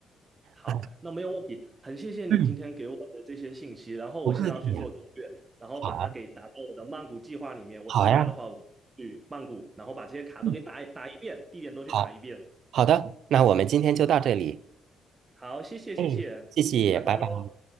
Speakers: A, on the right; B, on the right.
A: 好，
B: 啊，
A: 那没有问题，很谢谢你今天给我的这些信息，
B: 嗯，
A: 然后我现在要去做攻略，
B: 不客气呀。
A: 然后把它给打到我的曼谷计划里面。
B: 好，
A: 我暑假的话，
B: 好呀，
A: 我去曼谷，然后把这些卡都给打打一遍，
B: 嗯，
A: 地点都去打一遍。
B: 好，好的，那我们今天就到这里。
A: 好，谢谢谢谢，
B: 哎，谢谢，
A: 拜拜喽。
B: 拜拜。